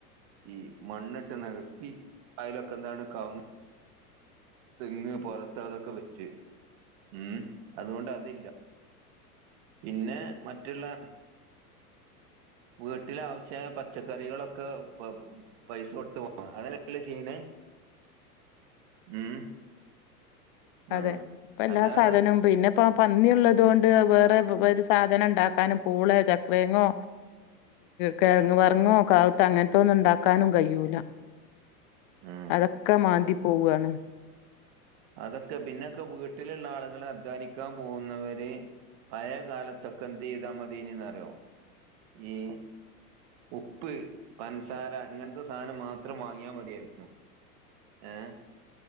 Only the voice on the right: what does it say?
ഈ മണ്ണിട്ട് നികത്തി അതിലൊക്കെ എന്താണ് ക തെങ്ങ് പുറത്തതൊക്കെ വെച്ച് ഉം അതുകൊണ്ട് അതില്ല പിന്നെ മറ്റുള്ള വീട്ടിലാവശ്യമായ പച്ചക്കറികളൊക്കെ പൈസ കൊടുത്ത പോ അതനല്ല ചെയ്യണേ
ഉം ഉം
അല്ലാതെ
ഉം
ഉം
അതൊക്കെ പിന്നൊക്കെ വീട്ടിലുള്ള ആളുകൾ അധ്വാനിക്കാൻ പോകുന്നവര് പഴയ കാലത്തൊക്കെ എന്തീതാ മദീനന്ന് അറിയോ ഈ ഉപ്പ് പഞ്ചസാര ഇങ്ങനത്തെ സാധനം മാത്രം വാങ്ങിയാൽ മതിയായിരുന്നു ഏഹ്